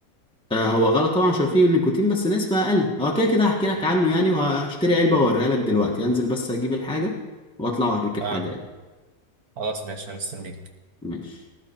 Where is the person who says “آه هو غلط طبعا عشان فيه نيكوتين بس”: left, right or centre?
Centre